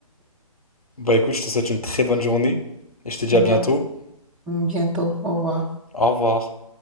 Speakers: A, on the left; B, in the centre.
A: Bah écoute, je te souhaite une très bonne journée et je te dis
B: Merci,
A: à bientôt.
B: bientôt, au revoir.
A: Au revoir.